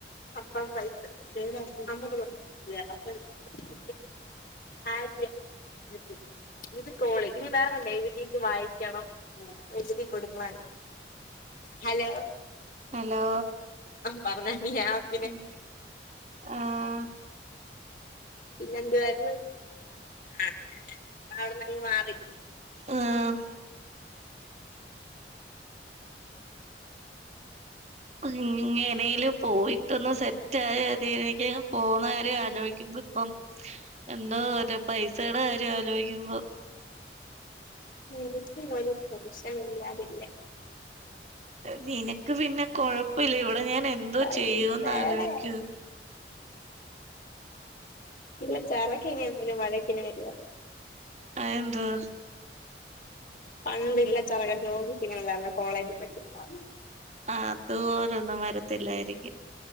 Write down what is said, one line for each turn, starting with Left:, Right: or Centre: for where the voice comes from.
Left: <unintelligible> <unintelligible> ഇത് കോള് ഇനി വേറെണ്ട് എഴുതീട്ട് വായിക്കണം എഴുതി കൊടുക്കണം അതിന് ഹലോ
Right: ഹലോ
Left: പറഞ്ഞോ ഇനി <unintelligible>
Right: അം ആഹ്
Left: പിന്നെ എന്തുവാരുന്നു അങ്ങനെ അവിടന്നങ്ങ് മാറി.
Right: ആഹ് ഒന്ന് ഇങ്ങനേല് പോയിട്ടൊന്ന് സെ റ്റായാ മതി എനിക്കങ്ങ് പോവുന്ന കാര്യം ആലോചിക്കുമ്പോ ഇപ്പം എന്തോ ഒരു പൈസയുടെ കാര്യം ആലോയിക്കുമ്പോ
Left: എനിക്കും ഒരു ടെൻഷൻ ഇല്ലാതില്ല
Right: നിനക്ക് പിന്നെ കൊഴപ്പില്ല ഇവിടെ ഞാൻ എന്തോ
Left: പൈസേടെ
Right: ചെയ്യൂന്ന് ആലോയിക്കാ
Left: ഇല്ല ചറക്കിനി എന്തേലും വഴക്കിന് വരില്ലാ
Right: അയെന്തെ
Left: പണ്ടില്ല ചെറകൻ ജോലി ചെയ്യണല്ലോ കോളേജ് പഠിക്കുബോ
Right: അതുപോലൊന്നും വരത്തില്ലായിരിക്കും